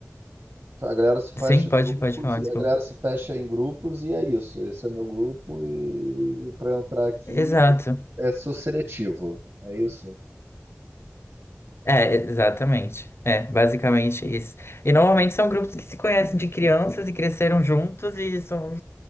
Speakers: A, on the right; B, on the left.
A: a galera se fecha
B: sim, pode,
A: em grupos,
B: pode falar,
A: e-
B: desculpa.
A: a galera se fecha em grupos e é isso. Esse é meu grupo e para entrar aqui
B: Exato.
A: é, sou seletivo. É isso?
B: É, exatamente. É, basicamente isso. E normalmente são grupos que se conhecem de crianças e cresceram juntos e são,